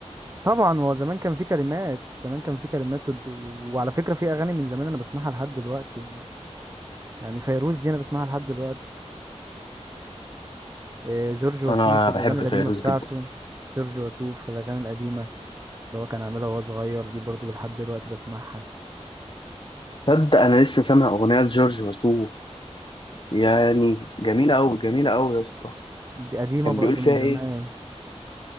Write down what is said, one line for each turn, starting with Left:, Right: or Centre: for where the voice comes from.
Right: طبعا هو زمان كان في كلمات زمان كان في كلمات ود... وعلى فكرة في اغاني من زمان انا بسمعها لحد دلوقتي يعني يعني فيروز دي انا بسمعها لحد دلوقتي إيه، جورج وسوف
Left: انا
Right: الاغاني
Left: بحب
Right: القديمة
Left: فيروز
Right: بتاعته
Left: جدا
Right: جورج وسوف الاغاني القديمة اللي هو كان عاملها وهو صغير دي برضو لحد دلوقتي بسمعها
Left: تصدق انا لسه سامع اغنيه لجورج وسوف يعني جميله قوي جميله قوي يا اسطى
Right: دي قديمة
Left: كان
Right: برضو
Left: بيقول فيها
Right: من زمان
Left: ايه